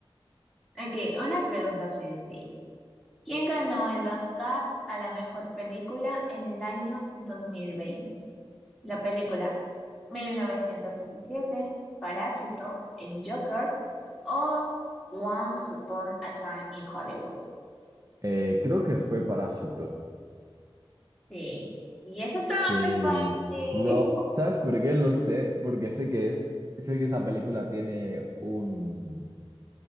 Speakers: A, in the centre; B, on the right.
A: ok, una pregunta sencilla. ¿Quién ganó el Oscar a la mejor película en el año 2020? La película mil novecientos diecisiete Parásito, El Joker o Once Upon a Time in Hollywood.
B: Eh, creo que fue Parásito.
A: Sí. Y esta estaba
B: Sí.
A: muy fácil.
B: ¿Sabes por qué lo sé? Porque sé que es, sé que esa película tiene un,